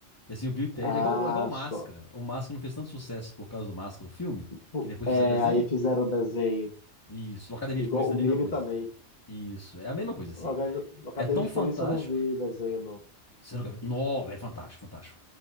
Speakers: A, on the left; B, on the left.
A: E assim, o Bill e Ted
B: Ah,
A: é igual, é igual Máscara.
B: só.
A: O Máscara não fez tanto sucesso por causa do Máscara, o filme,
B: Pô,
A: que depois
B: É,
A: fizeram o desenho.
B: aí fizeram o desenho.
A: Isso. Academia
B: Igual
A: de Polícia
B: o
A: é
B: meme
A: a mesma coisa.
B: também.
A: Isso. É a mesma coisa, assim.
B: na Acad- na Academia
A: É tão
B: de
A: fantástico.
B: Polícia eu não vi desenho, não.
A: Você nunca... viu? Não, velho, fantástico, fantástico.